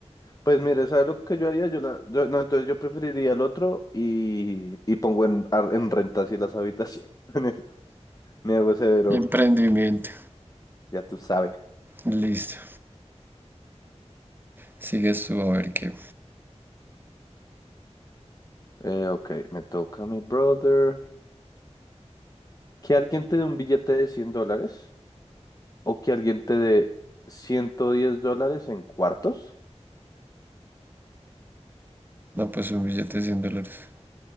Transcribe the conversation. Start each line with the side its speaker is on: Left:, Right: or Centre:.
Left: Pues mire, ¿sabes lo que yo haría? Yo la, yo- no, entonces yo preferiría el otro y, y pongo en, ar- en renta así las habitaciones. <laughs> Me hago severo,
Right: emprendimiento.
Left: ya tú sabes.
Right: Listo. Sigues tú a ver qué.
Left: Eh, ok, me toca mi brother. ¿Que alguien te dé un billete de 100 dólares? o que alguien te dé 110 dólares en cuartos.
Right: No, pues un billete de 100 dólares.